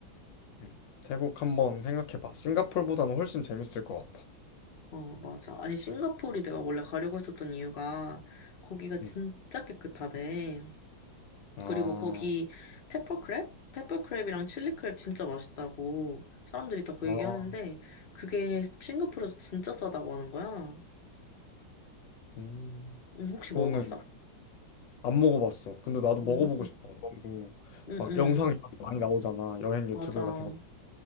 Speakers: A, on the left; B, on the left.
A: 음, 태국 한번 생각해봐 싱가폴보다는 훨씬 재밌을 것 같아
B: 어, 맞아. 아니, 싱가포르 내가 원래 가려고 했었던 이유가 거기가 진짜
A: 응.
B: 깨끗하대.
A: 아,
B: 그리고 거기 페퍼크랩? 페퍼크랩이랑 칠리크랩 진짜 맛있다고 사람들이 다 그
A: 아,
B: 얘기 하는데 그게 싱가포르에서 진짜 싸다고 하는 거야.
A: 음.
B: 음, 혹시
A: 그거는
B: 먹어봤어?
A: 안 먹어봤어. 근데 나도
B: 음,
A: 먹어보고 싶어. 너무
B: 음,
A: 막 영상
B: 음,
A: 이런 데 많이 나오잖아. 여행 유튜브
B: 맞아.
A: 같은 거.